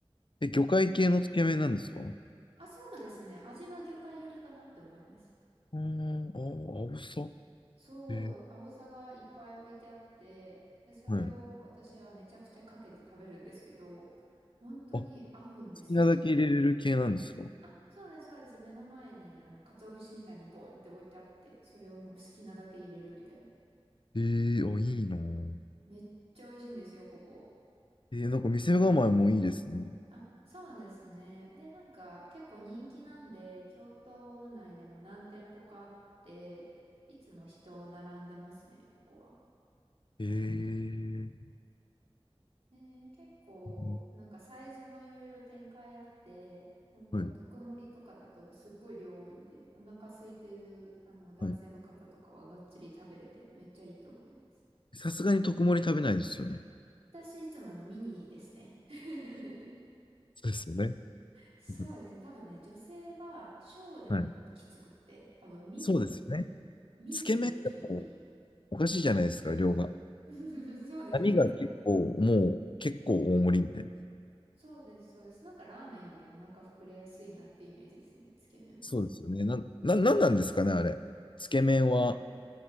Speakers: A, on the left (about 55°); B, on the right (about 70°).
A: え、魚介系のつけ麺なんですかあ
B: あ、そうですね。味は魚介寄りかなって思います。
A: ーあー、青さ。
B: そう、
A: え
B: 青さがいっぱい置いてあって、で、それを私はめちゃくちゃかけて食べるんですけど、
A: はい。
B: 本当に合うんですよ。
A: あ、好きなだけ入れれる系なんですか
B: あ、そうです、そうです。目の前に、あの、鰹節みたいにボンって置いてあって、それをもう好きなだけ入れるみたいな。
A: ええー、あ、いいなぁ。
B: めっちゃ美味しいんですよ、ここ。
A: えー、なんか店構えもいいですね。
B: あ、そうですね。で、なんか結構人気なんで、京都内でも何店舗かあって、いつも人並んでますね、ここは。
A: ええー、
B: で、結構なんかサイズもいろいろ展開あって、
A: うん
B: ほんと特盛りとかだとすっごい量多いんで、
A: はい、
B: お腹空いてるあの男性の方とかはがっつり食べれてめっちゃいいと思います。
A: はい。さすがに特盛り食べないですよね。
B: 私いつもミニですね。<laughs>
A: そうですよね。
B: そうですね。
A: うん
B: 多分ね、女性は小でもきつくって、
A: はい。
B: 多分ミニ
A: そうですよね。
B: ミニでちょうどいい。
A: つけ麺だとおかしいじゃないですか、量が。
B: <laughs> そうですよね。
A: 波が結構、もう結構大盛りみたいな。
B: そうです、そうです。なんかラーメンよりお腹膨れやすいなってイメージですね、つけ麺は。
A: そうですよね。なん、な、なんなんですかね、あれ。つけ麺は、